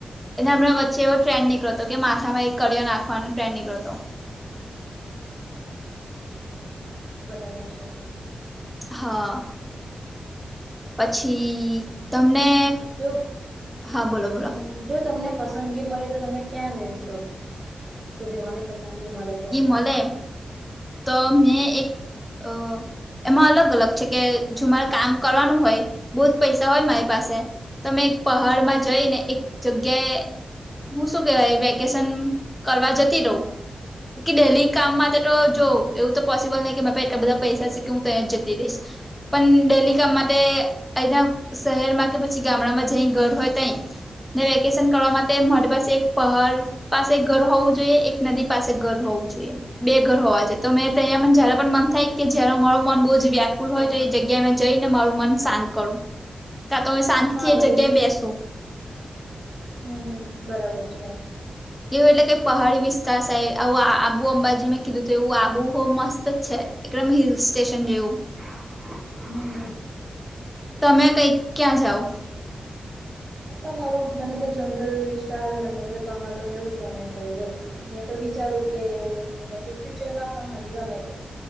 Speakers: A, in the centre; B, on the right.
A: અને હમણાં વચ્ચે
B: હા
A: એવો
B: હા.
A: ટ્રેન્ડ નીકળો તો કે માથામાં એક કરિયો નાખવાનો એક ટ્રેન્ડ નીકડો થો.
B: હા હા બરાબર છે.
A: હા. પછી તમને
B: જો
A: હા બોલો
B: હમ્મ.
A: બોલો
B: જો તમને પસંદગી મળે તો તમે ક્યાં રેશો રેવાની પસંદગી મળે તો.
A: મને તો મેં એક અ એમાં અલગ-અલગ છે કે જો મારે કામ કરવાનું હોય બહુ જ પૈસા હોય મારી પાસે. તો મે એક પહાડમાં જઈને એક જગ્યાએ હું શું કેવાય વેકેશન કરવા જતી રહું કે ડેલી કામ
B: હમ હમ.
A: તો જો એવું તો પોસિબલ નહી કે એટલા બધા પૈસા સ કે હું ત્યાં જતી રહીશ. પણ ડેલી કામ માટે અહીંના શહેરમાં કે પછી ગામડામાં જઇ ઘર હોય તય. ને વેકેશન કરવા માટે મારી પાસે એક પહાડ પાસે ઘર હોવું જોઈએ એક નદી પાસે ઘર હોવું જોઈએ બે ઘર હોવા જોઈએ. તો મે તંયા પણ જય પણ મન થાય કે જયારે મારું મન બહ જ વ્યાકુલ
B: હા
A: હોય
B: હા
A: તો એ જગ્યાએ જઈને મારું મન શાંત કરું ત્યાં તો શાંત
B: હા
A: થી
B: વળી
A: એ જગ્યાએ બેસુ.
B: હમ્મ હમ્મ બરાબર છે.
A: એવું એટલે કઈ પહાડી વિસ્તાર સાઈડ આબુ અંબાજીમાં કીધું હતું એવું આબુ હો મસ્ત જ છે. એટલે એમ હિલ સ્ટેશન જેવું.
B: હમ્મ.
A: તમે કંઈક ક્યાં જાઓ.
B: મેં પણ આવું જ મને તો જંગલ વિસ્તાર મતલબ કે પહાડોને એવું જ ગમે છે જો, મેં તો વિચારું કે મતલબ કે ફ્યુચરમાં પણ ગમે તે.